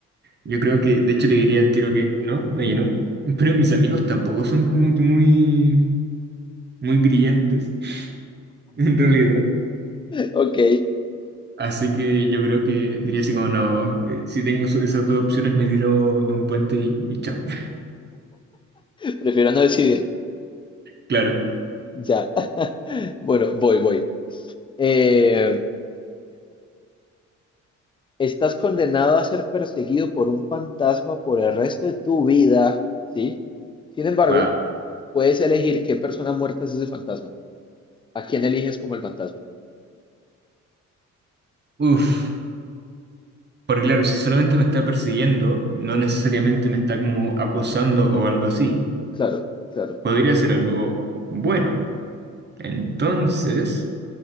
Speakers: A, on the right (about 35°); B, on the left (about 15°).
A: yo creo que, de hecho, le diría al tiro que no, ella no. Pero mis amigos tampoco son como que muy, muy brillantes, <laughs> en realidad.
B: <laughs> ok.
A: Así que yo creo que diría así como no, eh, si tengo su- esas dos opciones me tiro de un puente y, y chao. <laughs>
B: Prefiero no decidir.
A: Claro.
B: Ya. <laughs> Bueno, voy, voy. Eh, estás condenado a ser perseguido por un fantasma por el resto de tu vida, ¿sí? Sin embargo,
A: Wow.
B: puedes elegir qué persona muerta es ese fantasma. ¿A quién eliges como el fantasma?
A: Uf. Porque claro, si solamente me está persiguiendo, no necesariamente me está como acosando o algo así,
B: Claro, claro.
A: podría ser algo bueno. Entonces,